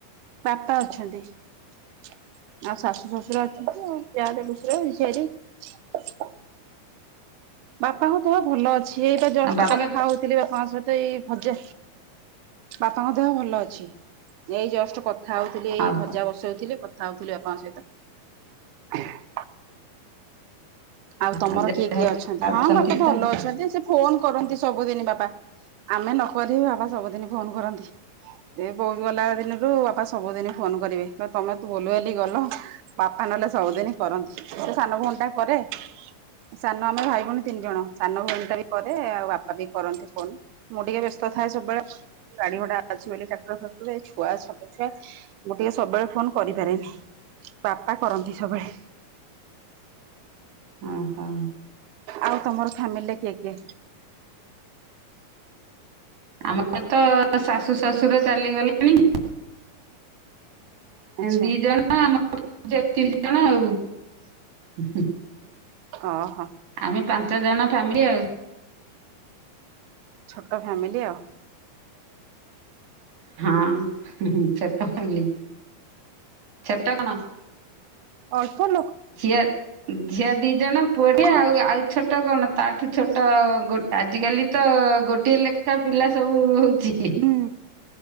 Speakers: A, on the right (about 75°); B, on the right (about 60°).
A: ବାପା ଅଛନ୍ତି ଆଉ ଶାଶୁ ଶ୍ୱଶୁର ଅଛନ୍ତି ଆଉ ଯା ଦେବ ବାପା ହ ଦେହ ଭଲ ଅଛି ସେଠି ଏଇଟା ଜଷ୍ଟ
B: ଆଉ ବାପାଙ୍କ
A: କଥା ହଉଥିଲି ବାପାଙ୍କ ସହିତ ଏଇ ହଜ ବାପାଙ୍କ ଦେହ ଭଲ ଅଛି ଏଇ ଜଷ୍ଟ କଥା ହଉଥିଲି ଏଇ
B: ହଉ
A: ଭଜା
B: ହଉ
A: ବସଉଥିଲେ କଥା ହଉଥିଲେ ବାପାଙ୍କ ସହିତ ଆଉ ତମର
B: ହଁ ଯାହା
A: କିଏ କିଏ
B: ହଉ
A: ଅଛନ୍ତି ହଁ ବାପା ଭଲ
B: ତ
A: ଅଛନ୍ତି ସେ ଫୋନ କରନ୍ତି ସବୁଦିନ ବାପା ଆମେ ନକ ବାପା ସବୁଦିନ ଫୋନ କରନ୍ତି ଏ ବୋହୁ ଗଲା ଦିନରୁ ବାପା ସବୁଦିନ ଫୋନ କରିବେ କ ତମେ ତୁ ବୁଲୁ ବଲି ଗଲ ବାପା ନହେଲେ ସବୁଦିନ କରନ୍ତି ସେ ସାନ ଭଉଣୀ ଟା କରେ ସାନ ଆମ ଭାଇ ଭଉଣୀ ତିନି ଜଣ ସାନ ଭଉଣୀ ଟା ବି କରେ ଆଉ ବାପା ବି କରନ୍ତି ଫୋନ୍ ମୁଁ ଟିକେ ବ୍ୟସ୍ତ ଥାଏ ସବୁବେଳେ ଗାଡି ଘଡା ଅଛି ବୋଲି ଟ୍ରାକ୍ଟର ଫ ଛୁଆ ଛ ଛୁଆ ମୁଁ ଟିକେ ସବୁବେଳେ ଫୋନ କରିପାରେନି ବାପା କରନ୍ତି ସବୁବେଳେ
B: ଓ ହୋ
A: ଆଉ ତମର ଫ୍ୟାମିଲି କିଏ କିଏ
B: ଆମର ତ ଶାଶୁ ଶ୍ୱଶୁର ଚାଲିଗଲେଣି
A: ଆଚ୍ଛା
B: ଦିଜଣ ହଁ ଆମ ତିରିଶ ଜଣ ଆଉ
A: ଓହୋ
B: ଆମେ ପାଞ୍ଚ ଜଣ ଫ୍ୟାମିଲି ଆଉ
A: ଛୋଟ ଫ୍ୟାମିଲି ଆଉ
B: ହଁ ଛଟନି ଛଟ କଣ
A: ଅଳ୍ପ ଲୋକ
B: ଝିଅ ଝିଅ ଦି ଜଣ ପୁଅଟେ
A: ଛୋଟ
B: ଆଉ ଆଉ ଛୋଟ କଣ ତାଠୁ ଛୋଟ ଆଜିକାଲି ତ ଗୋଟିଏ ଲେଖାଏ ପିଲା ସବୁ ହଉଛି
A: ହୁଁ।